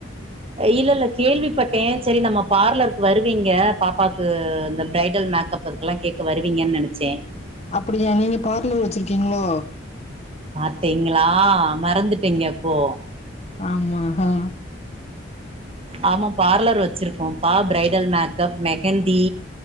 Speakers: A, on the right; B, on the left.
A: இல்ல இல்ல கேள்விப்பட்ட சரி நம்ம பார்லருக்கு வருவீங்க பாப்பாக்கு இந்த பிரைடல் மேக்கப் க்ளா கேட்க வருவீங்கன்னு நெனச்ச
B: அப்டியா நீங்க பார்லர் வச்சிருக்கீங்களோ
A: பாத்திங்களா மறந்துட்டீங்க அப்போ
B: ஆமா ஆ
A: ஆமா பார்லர் வச்சிருக்கோ பா பிரரைடல் மேக்கப் மெஹந்தி